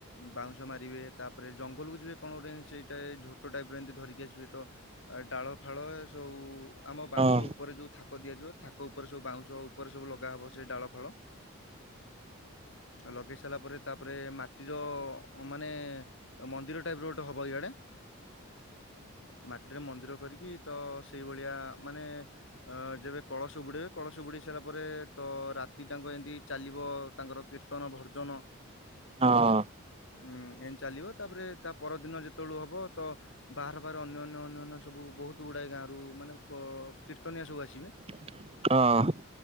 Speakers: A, on the left; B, on the right.
A: ବାଉଁଶ ମାରିବେ ତାପରେ ଜଙ୍ଗଲ କୁ ଯିବେ କଣ ଗୋଟେ ସେଇଟା ଝୋଟ ଟାଇପ ର ଏମିତି ଧରିକି ଆସିବ। ଡାଳ ଫାଳ ସଉ ଆମ
B: ହଁ
A: ବାଉଁଶ ଉପରେ ଯୋଉ ଥାକ ଦିଆଯିବ ଥାାକ ଉପରେ ସବୁ ବାଉଁଶ ଉପରେ ସବୁ ଲଗା ହବ ସେ ଡାଳ ଫଳ। ଆଉ ଲଗେଇ ସାରିଲା ପରେ ତାପରେ ମାଟିର ମାନେ ମନ୍ଦିର ଟାଇପ ର ଗୋଟେ ହବ ଇଆଡେ ମାଟି ରେ ମନ୍ଦିର କରିକି ତ ସେଇ ଭଳିଆ ମାନେ ଅ ଯେବେ କଳସ ବୁଡେଇବେ କଳସ ବୁଡେଇ ସାରିଲା ପରେ ତ ରାତି ଜାକ ତାଙ୍କ ଏମିତି ଚାଲିବ ତାଙ୍କର କୀର୍ତ୍ତନ ଭଜନ।
B: ହଁ।
A: ଉଁ ଏ ଚାଲିବ ତାପରେ ତା ପରଦିନ ଯେତେବେଳୁ ହବ ବାହାର ବାହାର ଅନ୍ୟ ଅନ୍ୟ ଅନ୍ୟ ଅନ୍ୟ ସବୁ ବହୁତ ଗୁଡାଏ ଗାଁ ରରୁ ମାନେ କୀର୍ତ୍ତନିଆ ସବୁ ଆସିବେ।
B: ହଁ।